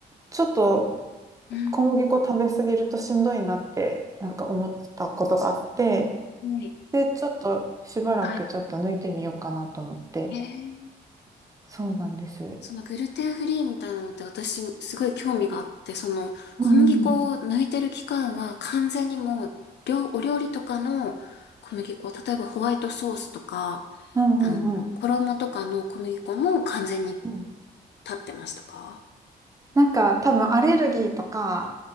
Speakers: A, on the right; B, on the left.
A: ちょっと
B: うん。
A: 小麦粉食べ過ぎるとしんどいなって、なんか思ったことがあって、
B: はい。
A: で、ちょっとしばらくちょっと抜いてみようかなと思って。
B: はい。えー
A: そうなんです。
B: そのグルテンフリーみたいなのって私すごい興味があって、その小麦粉を抜いてる期間は完全にもう料、
A: うん
B: お料理とかの小麦粉、例えばホワイトソースとか、
A: うんうんうん
B: あの、衣とかの小麦粉も完全に
A: うん。
B: 立ってましたか
A: なんか多分アレルギーとか、